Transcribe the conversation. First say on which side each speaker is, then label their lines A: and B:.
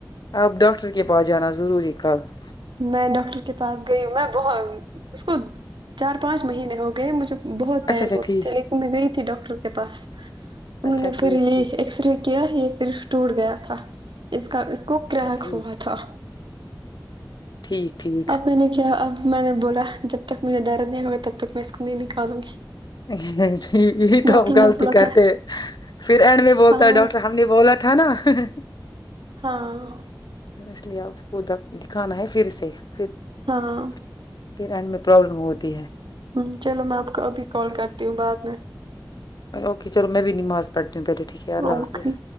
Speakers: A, on the left (about 60°); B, on the right (about 80°).
A: آپ ڈاکٹر کے پاس جانا <inaudible> ضروری کاال <inaudible>
B: میں ڈاکٹر کے پاس گئی ہ میں ب اس کو چار پانچ مہینے ہو گئے مجھے <inaudible> بہت پار
A: اچھا اچھا
B: ہوتے
A: ٹھیک
B: تھے لیکن میں گئی تھی ڈاکٹر کے پاس انہوں
A: اچھا
B: نے پھر
A: ٹھیک
B: یہ
A: ٹھیک
B: ایکس رے کیا <inaudible> یہ پرف ٹوٹ گیا تھا اس کا اس <unintelligible> کو کریک
A: اچھا ٹھیک
B: ہوا تھا <unintelligible>
A: ٹھیک ٹھیک
B: آب میں نے کیا <inaudible> میں نے بولا جب تک مجھے درد نہیں ہوگا تب تک میں اس کو نہیں نکالوں گی <unintelligible>
A: ج بھی تو
B: ڈاکٹر
A: غلطی
B: نے بولا
A: کرتے
B: تھا
A: پھر اینڈ میں بولتا
B: ہاں
A: ہے ڈاکٹر ہم نے بولا تھا نا <inaudible> ہ <inaudible>
B: ہاں <inaudible>
A: اس لیے آپ کوودک <inaudible> دکھانا ہے پھر سےھر
B: ہاں
A: <inaudible> پھر اینڈ میں پرابلم ہوتی ہے
B: ہ چلو میں آپ کو ابھی کال کرتی ہوں بعد میں
A: اوکے چلو میں بھی نماز پڑٹنییو پلے ٹھیک ہے اللہ
B: اوکے
A: حافظ